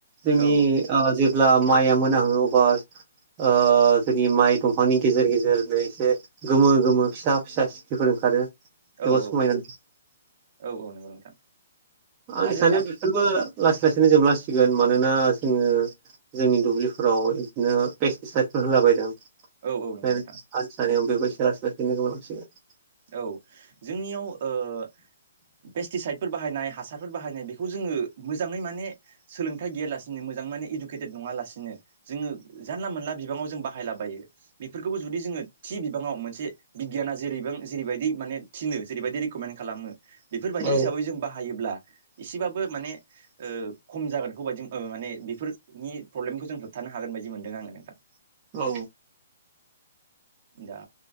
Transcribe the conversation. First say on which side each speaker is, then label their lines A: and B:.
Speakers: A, on the right; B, on the right.
A: जोंनि
B: औ
A: ओ जे ब्ला माइआ मोन ओ अब्ला ओ जोंनि माइ दंफांनि गेजेर गेजेरनो एसे गोमो गोमो फिसा फिसा सिख्रिफोर ओंखारो जोबोदब
B: औ औ
A: समायना
B: नोंथां औ औ नंगौ नोंथां
A: आंनि
B: आरो
A: साननायाव बेफोरबो लासै लासैनो जोबलांसिगोन मानोना जोङो जोंनि दुब्लिफोराव बिदिनो पेस्टिसाइदफोर होलाबायदों <unintelligible>
B: औ औ नंगौ
A: लासै
B: नोंथां
A: लासैनो गोमालांसिगोन
B: औ जोंनियाव ओ पेस्टिसाइदफोर बाहायनाय हासारफोर बाहायनाय बेखौ जोङो मोजाङै माने सोलोंथाइ गैयालासिनो मो जां माने इडुकेटेड नङा लासिनो जोङो जानला मोनला बिबाङाव जों बाहायलाबायो बेफोरखौबो जुदि जोङो थि बिबाङाव मोनसे बिगियाना जेरैबों जेरैबायदि माने थिनो जेरैबायदि रेकमेन्ड खालामो बेफोरबायदि
A: औ
B: हिसाबै जों बाहायोब्ला एसेबाबो माने ओ खम जागोनखौ बायदि माने बेफोरनि प्रब्लेमखौ जों होबथानो हागोन बायदि मोनदों आ नोंथां।
A: औ
B: दा